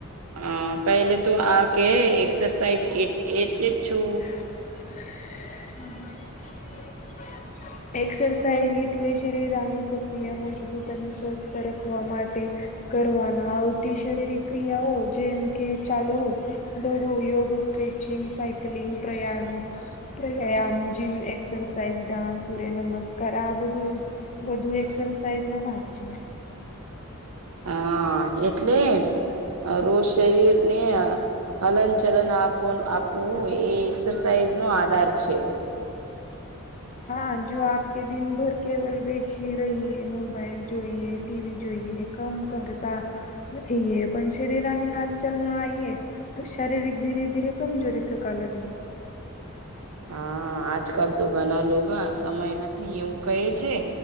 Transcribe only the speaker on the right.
હ પેલેતો આ કે એક્સરસાઇઝ એટલે છું
હા એટલે રોજ શરીરને હલન ચલન આપ આપવું એ એક્સરસાઇઝ નો આધાર છે.
હા આજકાલ તો ઘણા લોકા સમય નથી એવું કહે છે.